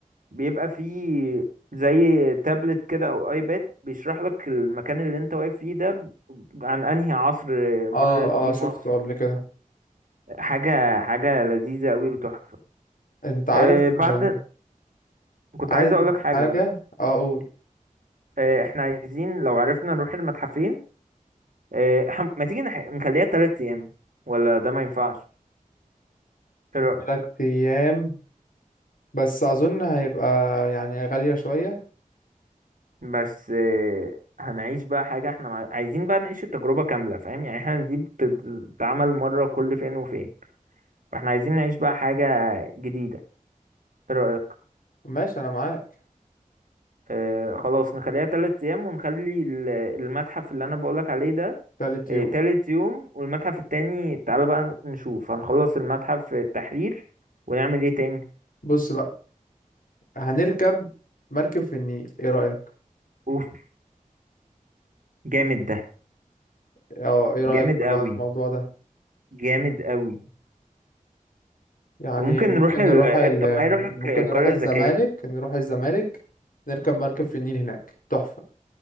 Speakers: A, on the right; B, on the left.
A: بيبقى فيه زي تابلت كده او ايباد بيشرح لك المكان اللي انت واقف فيه ده ب- عن انهي عصر مرت
B: اه
A: بيه
B: اه شفته
A: مصر
B: قبل كده
A: حاجه حاجه لذيذه قوي وتحفه
B: انت عارف
A: آه، بعد
B: آه،
A: كنت
B: عايز
A: عايز اقول لك حاجه
B: حاجة
A: بس
B: اقول
A: آه، احنا عايزين لو عرفنا نروح المتحفين آه، <laughs> إحنا- ما تيجي نح- نخليها تلات ايام ولا ده ما ينفعش ايه رأيك
B: تلات ايام بس اظن هيبقى يعني غالية شوية
A: بس آه، هنعيش بقى حاجة احنا مع- عايزين بقى نعيش التجربة كاملة فاهم يعني احنا دي بتتعمل مرة كل فين وفين فاحنا عايزين نعيش بقى حاجة جديدة ايه رأيك
B: ماشي انا معاك
A: آه، خلاص نخليها تلات ايام ونخلي ال- المتحف اللي انا بقولك عليه ده
B: تالت
A: آه،
B: يوم
A: تالت يوم والمتحف التاني تعالى بقى نشوف هنخلص المتحف التحرير ونعمل ايه تاني
B: بص بقى هنركب مركب في النيل ايه رأيك
A: اوف جامد ده
B: اه ايه رأيك
A: جامد قوي
B: بقى على الموضوع ده
A: جامد قوي
B: يعني
A: وممكن
B: ممكن
A: نروح ال...
B: نروح ال...
A: طب ما ايه رأيك
B: ممكن
A: القرية
B: نروح الزمالك
A: الذكية
B: نروح الزمالك نركب مركب في النيل هناك تحفة